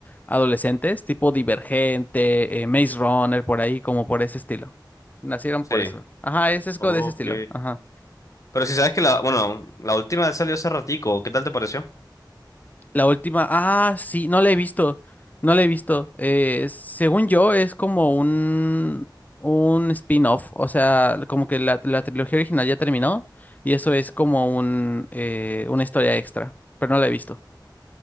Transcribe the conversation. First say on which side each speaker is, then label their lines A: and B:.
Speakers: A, on the left; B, on the left.
A: adolescentes, tipo Divergente, eh, Maze Runner, por ahí, como por ese estilo. Nacieron
B: Sí.
A: por eso. Ajá, ese es
B: Ok.
A: como de ese estilo. Ajá.
B: Pero si sabes que la, bueno, la última salió hace ratico, ¿qué tal te pareció?
A: La última, ah, sí, no la he visto, no la he visto. Eh, según yo, es como un, un spin-off, o sea, como que la, la trilogía original ya terminó y eso es como un, eh, una historia extra, pero no la he visto.